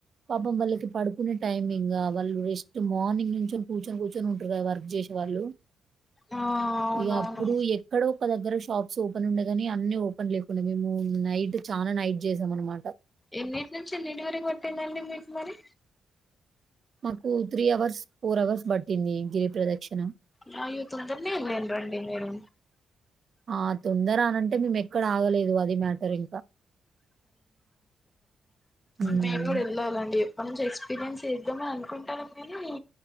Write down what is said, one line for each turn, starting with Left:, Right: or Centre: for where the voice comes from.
Right: పాపం వాళ్ళకి పడుకునే టైమింగ్ వాళ్ళు రెస్ట్ మార్నింగ్ నుంచి కూర్చొని కూర్చొని ఉంటారు కదా వర్క్ చేసే వాళ్ళు
Left: ఆ అవునవును
Right: ఇక అప్పుడు ఎక్కడో ఒక దగ్గర షాప్స్ ఓపెన్ ఉండే గాని అన్ని ఓపెన్ లేకుండా మేము నైట్ చాలా నైట్ చేసాం అనమాట
Left: ఎన్నింటి నుంచి ఎన్నింటి వరకు పట్టిందండి మీకు మరి
Right: మాకు అవర్స్, అవర్స్ పట్టింది గిరి ప్రదక్షిణ.
Left: నా పదండి లేను రండి మీరు
Right: ఆ! తొందర అనంటే మేమెక్కడ ఆగలేదు. అది మ్యాటర్ ఇంకా. హ్మ్.
Left: మేము కూడా వెళ్ళాలండి ఎప్పటి నుంచి ఎక్స్పీరియన్స్ చేద్దామని అనుకుంటాను ఎనీ